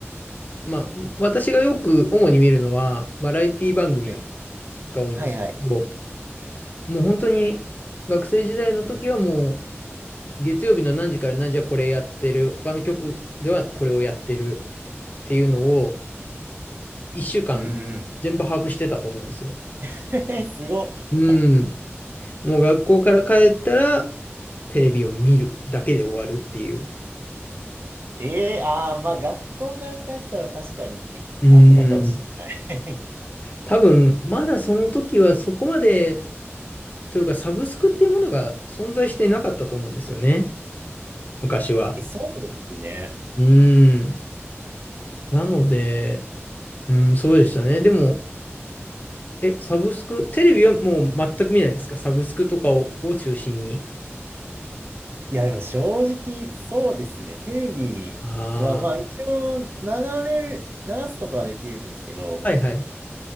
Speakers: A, on the left (about 35°); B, on the right (about 50°).
A: まあ、私がよく主に見るのは、バラエティ番組
B: はい
A: が多いんですけど、
B: はいはい。
A: もう本当に学生時代の時はもう、月曜日の何時から何時はこれやってる、他の局ではこれをやってるっていうのを、1週間全部把握してたと思うんですよ。
B: うんうん。<laughs> えすごっ。
A: うん。もう学校から帰ったら、テレビを見るだけで終わるっていう。
B: ええああまあ学校から帰ったら確かにあったかもしれない。
A: うん。多分、まだその時はそこまで、というか、サブスクっていうものが存在していなかったと思うんですよね。昔は。
B: <laughs> え、そうですね。
A: うーん。なので、うん、そうでしたね。でも、え、サブスク、テレビはもう全く見ないですかサブスクとかを、を中心に。
B: いや、でも正直、そうですね。テレビは、
A: ああ、
B: まあ一応流れる、流すことはできるんですけど、
A: はいはい。